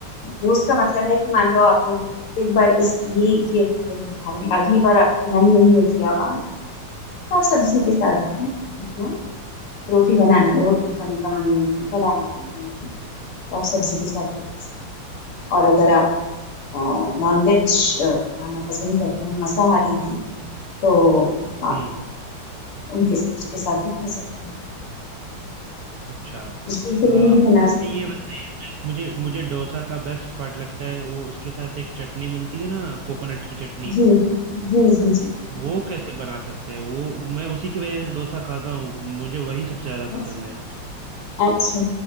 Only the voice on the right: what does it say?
हम्म
अच्छा
आ,
अच्छा
ये
बताइए मैं- मुझे मुझे डोसा का बेस्ट पार्ट लगता है वो उसके साथ एक चटनी मिलती है ना कोकोनट की चटनी
वो कैसे बना सकते हैं वो मैं उसी की वजह से डोसा खाता हूँ मुझे वही सबसे ज्यादा
पसंद है